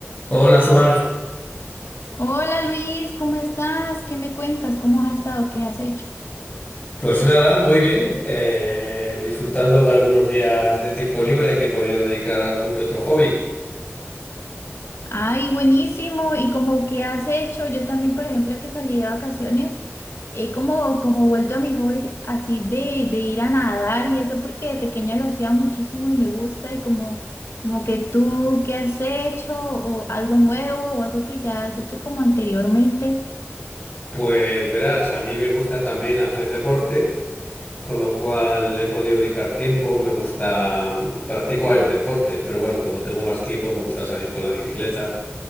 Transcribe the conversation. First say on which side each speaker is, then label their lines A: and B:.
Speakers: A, on the left (about 30°); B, on the left (about 65°).
A: Hola, Suar.
B: Hola Luis, ¿cómo estás? ¿Qué me cuentas? ¿Cómo has estado? ¿Qué has hecho?
A: Pues nada, muy bien. eh, disfrutando de algunos días de tiempo libre que he podido dedicar a algún que otro hobby.
B: Ay, buenísimo. ¿Y como qué has hecho? Yo también, por ejemplo, que salí de vacaciones, he como, como vuelto a mi hobby de- así de, de ir a nadar y eso porque de pequeña lo hacía muchísimo y me gusta y como, como que tú, ¿qué has hecho? ¿O algo nuevo o algo que ya has hecho como anteriormente?
A: Pues verás, a mí me gusta también hacer deporte, con lo cual he podido dedicar tiempo. Me gusta, mm, practico varios deportes, pero bueno, cuando tengo más tiempo me gusta salir con la bicicleta